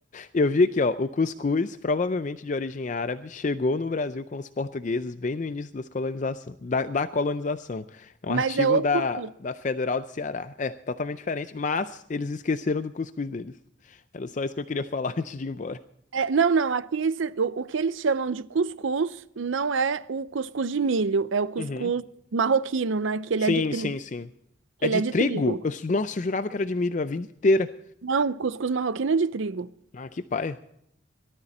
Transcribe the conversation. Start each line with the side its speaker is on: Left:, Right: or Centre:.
Left: Eu vi aqui, ó, o cuscuz, provavelmente de origem árabe, chegou no Brasil com os portugueses bem no início das colonização, da, da colonização. É um
Right: Mas
Left: artigo
Right: é outro
Left: da,
Right: cuscuz.
Left: da Federal de Ceará. É, totalmente diferente, mas eles esqueceram do cuscuz deles. Era só isso que eu queria falar <laughs> antes de ir embora.
Right: É, não, não, aqui esse- o, o que eles chamam de cuscuz não é o cuscuz de milho, é o cuscuz
Left: Uhum.
Right: marroquino, né? Que ele
Left: Sim,
Right: é de trigo,
Left: sim, sim.
Right: que
Left: É
Right: ele
Left: de
Right: é de
Left: trigo?
Right: trigo.
Left: Eu, su- nossa, eu jurava que era de milho a vida inteira.
Right: Não, cuscuz marroquino é de trigo.
Left: Ah, que paia.